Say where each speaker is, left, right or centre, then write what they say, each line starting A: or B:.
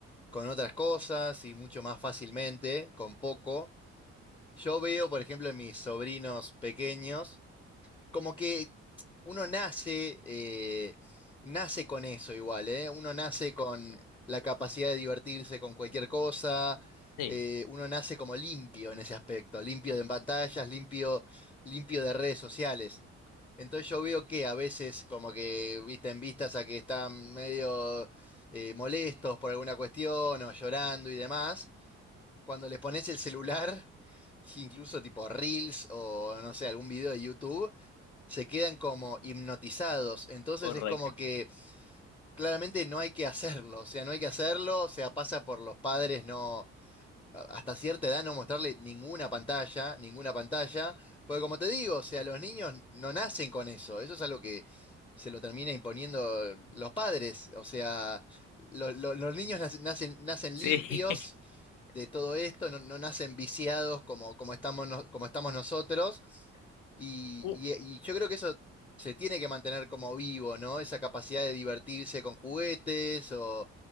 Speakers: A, on the left; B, on the left.
A: con otras cosas y mucho más fácilmente, con poco. Yo veo, por ejemplo, en mis sobrinos pequeños, como que uno nace, eh, nace con eso igual, ¿eh? Uno nace con la capacidad de divertirse con cualquier cosa,
B: Sí,
A: eh, uno nace como limpio en ese aspecto, limpio de pantallas, limpio, limpio de redes sociales. Entonces yo veo que a veces como que, viste, en vistas a que están medio eh, molestos por alguna cuestión o llorando y demás, cuando le pones el celular, <laughs> incluso tipo Reels o no sé, algún video de YouTube, se quedan como hipnotizados. Entonces
B: correcto.
A: es como que claramente no hay que hacerlo, o sea, no hay que hacerlo, o sea, pasa por los padres no, a- hasta cierta edad no mostrarle ninguna pantalla, ninguna pantalla, porque como te digo, o sea, los niños no nacen con eso, eso es algo que se lo termina imponiendo los padres, o sea, lo- lo- los niños nac- nacen, nacen
B: Sí.
A: limpios de todo esto, no, no nacen viciados como, como estamos, no- como estamos nosotros, y,
B: <laughs>
A: y- y yo creo que eso... Se tiene que mantener como vivo, ¿no? Esa capacidad de divertirse con juguetes o,